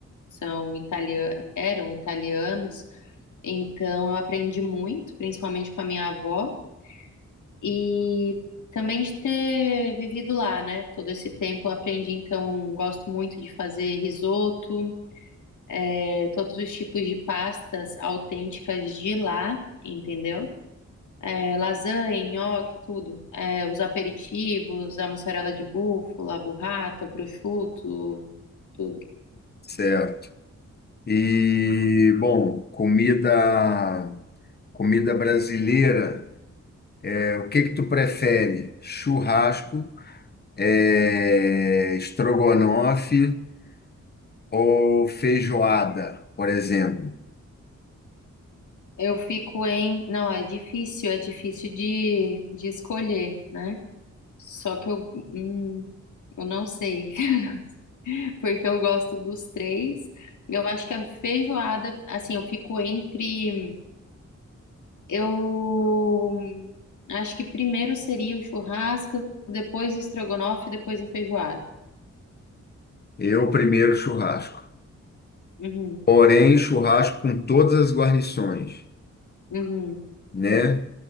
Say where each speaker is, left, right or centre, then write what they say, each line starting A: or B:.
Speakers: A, on the left; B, on the left.
A: são italianos, eram italianos, então eu aprendi muito, principalmente com a minha avó, e também de ter vivido lá, né? Todo esse tempo eu aprendi, então gosto muito de fazer risoto, é, todos os tipos de pastas autênticas de lá, entendeu? É, lasanha, nhoque, tudo. É, os aperitivos, a mussarela de búfala, a burrata, o prosciutto, tudo.
B: Certo. E, bom, comida, comida brasileira, é, o que que tu prefere? Churrasco? é, estrogonofe ou feijoada, por exemplo.
A: Eu fico em. Não, é difícil, é difícil de, de escolher, né? Só que eu. hum, eu não sei, <laughs> porque eu gosto dos três. Eu acho que a feijoada, assim, eu fico entre. Eu hum, acho que primeiro seria o churrasco, depois o estrogonofe, depois a feijoada.
B: Eu primeiro churrasco.
A: Uhum,
B: Porém, churrasco com todas as guarnições,
A: uhum,
B: né?